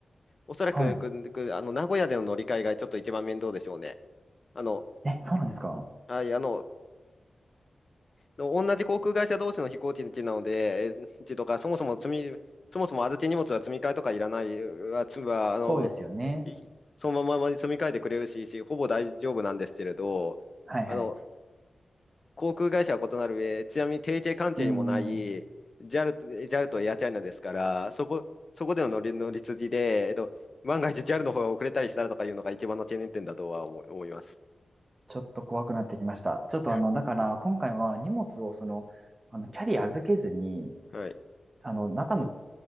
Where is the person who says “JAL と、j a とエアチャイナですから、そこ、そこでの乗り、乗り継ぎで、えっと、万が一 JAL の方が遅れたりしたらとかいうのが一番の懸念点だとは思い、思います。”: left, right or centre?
Left